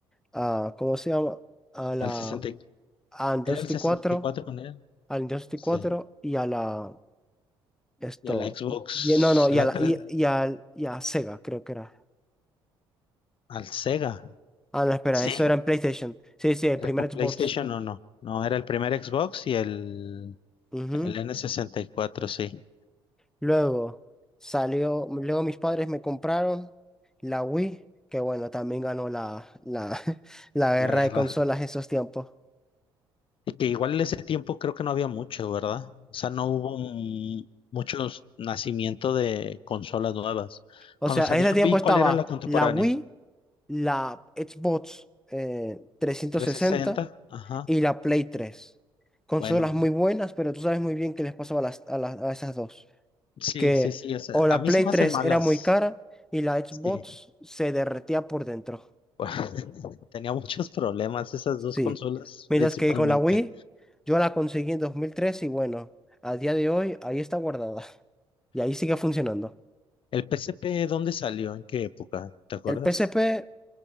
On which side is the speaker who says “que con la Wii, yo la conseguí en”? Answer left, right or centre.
Centre